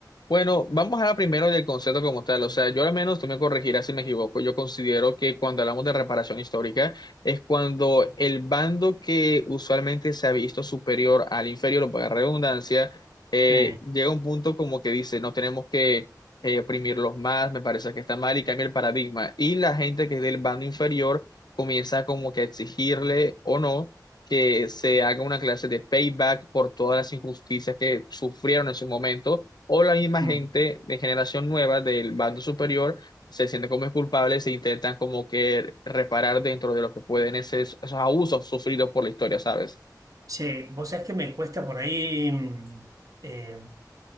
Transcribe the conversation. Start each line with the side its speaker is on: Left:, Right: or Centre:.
Left: Bueno, vamos a hablar primero del concepto como tal. O sea, yo al menos, tú me corregirás si me equivoco, yo considero que cuando hablamos de reparación histórica es cuando el bando que usualmente se ha visto superior al inferior, o para redundancia, eh,
Right: Sí.
Left: llega a un punto como que dice, no tenemos que eh, oprimirlos más, me parece que está mal y cambia el paradigma. Y la gente que es del bando inferior comienza como que a exigirle o no. que se haga una clase de payback por todas las injusticias que sufrieron en su momento o la misma
Right: mm.
Left: gente de generación nueva del bando superior se siente como culpables e intentan como que reparar dentro de lo que pueden ese- esos abusos sufridos por la historia, ¿sabes?
Right: che, vos sabés que me cuesta por ahí mm, eh,